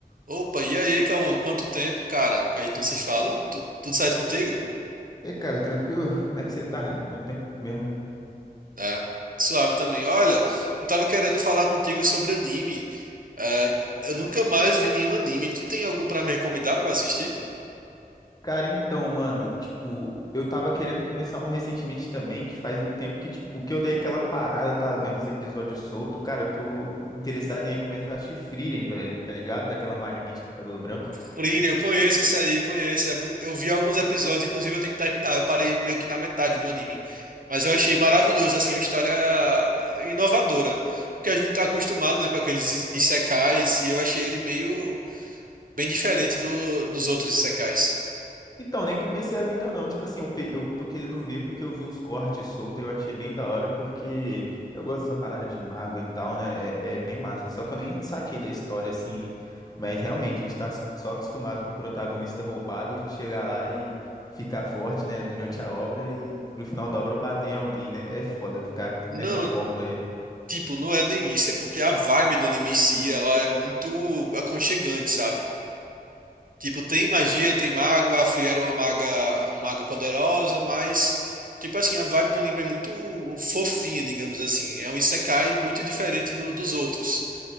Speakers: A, on the right; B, on the left.
A: Opa, e aí, Cauã? Quanto tempo, cara, que a gente não se fala.
B: E,
A: Tu- tudo certo contigo?
B: e, cara, tranquilo? Como é que você tá? Muito tempo mesmo.
A: É, suave também. Olha, eu tava querendo falar contigo sobre anime. É, eu nunca mais vi nenhum anime. Tu tem algum pra me recomendar pra eu assistir?
B: Cara, então, mano, tipo, eu tava querendo começar um recentemente também, que faz um tempo que, tipo, que eu dei aquela parada, tava vendo os episódios soltos. Cara, eu tô interessado em começar a assistir Frieren, velho, tá ligado? Daquela maguinha de cabelo branco.
A: Free, eu conheço esse aí, conheço. É mu- Eu vi alguns episódios, inclusive eu tenho que terminar. Eu parei meio que na metade do anime. Mas eu achei maravilhoso, assim, uma história eh, inovadora. Porque a gente tá acostumado, né, com aqueles i- isekais, e eu achei ele meio bem diferente do, dos outros isekais.
B: Então, nem comecei a ver ainda não. Tipo assim, eu, pe- eu tô querendo ver porque eu vi uns cortes soltos e eu achei bem da hora, porque eu gosto dessa parada de mago e tal, né? É, é bem massa. Só que eu nem saquei da história, assim. Mas realmente, a gente tá só acostumado com o protagonista roubado chegar lá e ficar forte, né? Durante a obra e no final da obra bater em alguém, né? É foda ficar
A: Não,
B: nessa fórmula aí.
A: tipo, não é nem isso. É porque a vibe do anime em si, ela é muito aconchegante, sabe? Tipo, tem magia, tem mago, a Friera é uma maga, uma maga poderosa, mas, tipo assim, a vibe do anime é muito fofinha, digamos assim. É um isekai muito diferente do- dos outros,